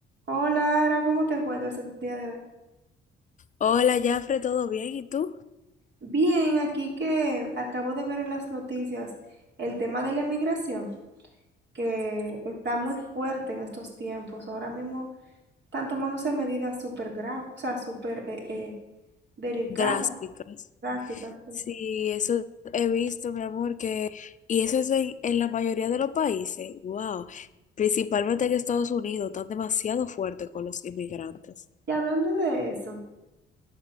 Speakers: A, on the right; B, on the left.
A: Hola, Ara, ¿cómo te encuentras el día de hoy?
B: Hola, Jafre, ¿todo bien? ¿Y tú?
A: Bien, aquí que acabo de ver en las noticias el tema de la inmigración, que está muy fuerte en estos tiempos. Ahora mismo están tomándose medidas súper graves, o sea, súper eh, eh, delicadas,
B: Drásticas.
A: drásticas. sí.
B: Sí, eso he visto, mi amor, que... Y eso es en, en la mayoría de los países. Wow. Principalmente en Estados Unidos, están demasiado fuertes con los inmigrantes.
A: Y hablando de eso,